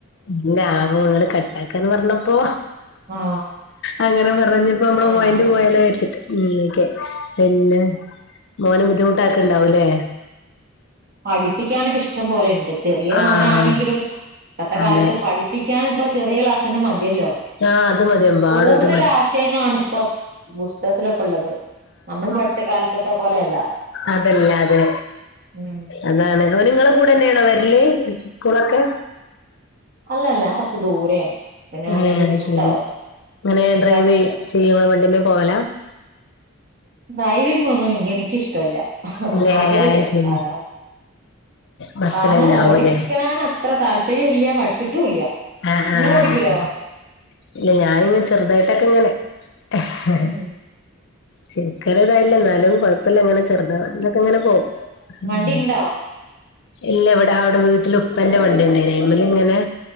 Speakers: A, on the left (about 55°); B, on the right (about 45°).
A: ഇല്ല ആ മോള് കട്ടാക്കാന്ന് പറഞ്ഞപ്പോ
B: ആ
A: അങ്ങനെ പറഞ്ഞപ്പോ നമ്മള
B: ആ
A: പോയിന്റ് പോയാലോ വിചാരിച്ചിട്ട് ഉം ഓക്കെ പിന്നെ മോനും ബുദ്ധിമുട്ടാക്കീണ്ടാവൂലേ
B: പഠിപ്പിക്കാനൊക്കെ ഇഷ്ടം പോലിണ്ട് ചെറിയ
A: ആഹ്
B: മോനാണെങ്കിലും ഇപ്പത്തെ
A: അതെ
B: കാലത്ത് പഠി ക്കാൻ ഇപ്പ ചെറിയ ക്ലാസിന്ന മതിയല്ലോ
A: ആഹ് അത് മതി എമ്പാടും
B: കൂടുതൽ
A: അത് മതി
B: ആശ വിഷയങ്ങളാണിപ്പോ പുസ്തകത്തിലൊക്കെ ഉള്ളത് നമ്മൾ പഠിച്ച കാലത്തത്തെ പോലെയല്ല
A: അതല്ലാ അതെ
B: ഉം
A: അതാണ് ഓന് നിങ്ങള കൂടന്നെയാണോ വെരല് സ്കൂളൊക്കെ
B: അല്ലല്ല കൊർച്ച് ദൂരെയാണ് പിന്നെ
A: ഏഹ്
B: അവന് ബുദ്ധിമുട്ടാവും
A: അത് ശരി എങ്ങനെ
B: ഇവിടെ
A: ഡ്രൈവെ
B: അടുത്ത
A: ചെയ്യോ ഇങ്ങളാ വണ്ടിമ്മേ പോവലാ
B: ഡ്രൈവിങ്ങൊന്നും എനിക്കിഷ്ടവല്ല
A: അല്ലേ
B: അതില്
A: അത് ശരി
B: ആഹ്
A: ബസ്സിലെന്നെ
B: വാഹനം
A: ആവുല്ലേ
B: ഓടിക്കാൻ അ ത്ര താല്പര്യം ഇല്ല പഠിച്ചിട്ടും ഇല്ല
A: ആഹ്
B: നിങ്ങൾ
A: ആഹ്
B: ഓടിക്കോ
A: അയ്ശരി ഇല്ല ഞാനിങ്ങെ ചെറുതായിട്ടൊക്കെ ഇങ്ങനെ ആഹ <inaudible>
B: ഉം
A: ശെരിക്കൊരു ഇതായില്ല എന്നാലും കൊഴപ്പ്ല്ല ഇങ്ങനെ ചെറുതായിട്ടൊക്കങ്ങനെ പോകും ഉം
B: വണ്ടി ഉണ്ടോ
A: ഇല്ല ഇവിടെ അവിടെ വീട്ടിൽ ഉപ്പന്റെ വണ്ടി ഇണ്ടായിനി അയ്മല്ങ്ങനെ